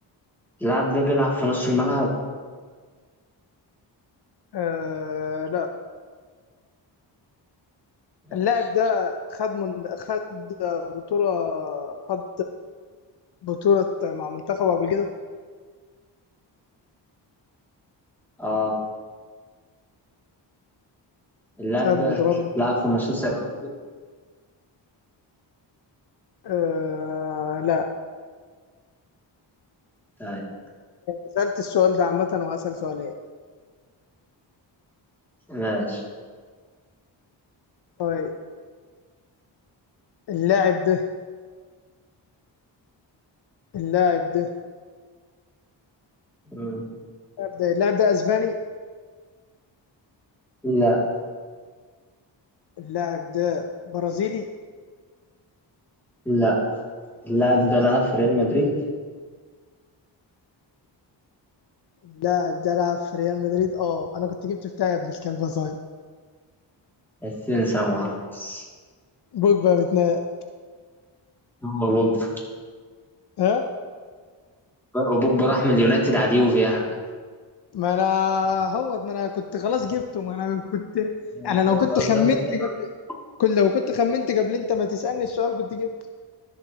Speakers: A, in the centre; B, on the left (about 60°).
A: اللاعب ده بيلعب في نص الملعب
B: آه لا
A: ماشي
B: اللاعب ده خد من خد بطولة خد بطولة مع منتخبه قبل كده
A: اه اللاعب
B: خد
A: ده
B: بطولات مع-
A: لعب في مانشستر يونايتد
B: آه لا
A: طيب،
B: سألت السؤال ده عامة وهسأل سؤالين
A: ماشي
B: طيب اللاعب ده اللاعب ده
A: مم.
B: اللاعب ده اللاعب ده اسباني
A: لا
B: اللاعب ده برازيلي
A: لا اللاعب ده لعب في ريال مدريد
B: اللاعب ده لعب في ريال مدريد اه انا كنت جبت بتاعي ابن الكلب صاير
A: السنسر ما اعرفش
B: بوجبا متناق
A: هو بوجبا
B: ها
A: وبوجبا راح من اليونايتد على اليوفي اهبل
B: ما انا هو ما انا كنت خلاص جبته ما انا كنت
A: انت
B: انا لو كنت
A: سؤال غبي
B: خمنت
A: انت
B: قبل
A: معاك.
B: كل لو كنت خمنت قبل انت ما تسألني السؤال كنت جبت